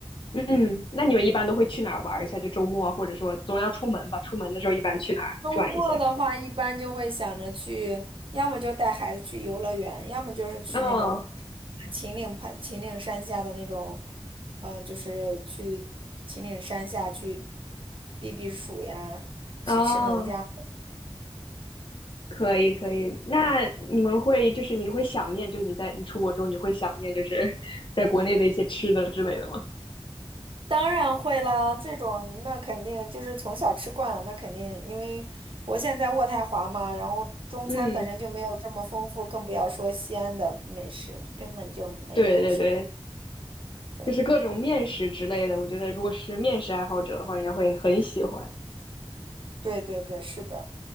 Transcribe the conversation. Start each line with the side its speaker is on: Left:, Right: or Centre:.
Left: 嗯，那你们一般都会去哪儿玩一下？就周末啊，或者说总要出门吧？出门的时候一般去哪儿转一下？
Right: 周末的话，一般就会想着去，要么就带孩子去游乐园，要么就是去那种
Left: 哦
Right: 秦岭盘、秦岭山下的那种，嗯、就是去秦岭山下去避避暑呀，吃吃农家。
Left: 哦，可以可以。那你们会就是你会想念，就是你在你出国之后，你会想念就是 <laughs> 在国内的一些吃的之类的吗？
Right: 当然会啦，这种那肯定就是从小吃惯了，那肯定，因为我现在在渥太华嘛，然后中餐本身就没有这么丰富，
Left: 嗯，
Right: 更不要说西安的美食，根本就没有什么。
Left: 对对对，
Right: 对，
Left: 就是各种面食之类的，我觉得如果是面食爱好者的话，也会很喜欢。
Right: 对对对，是的。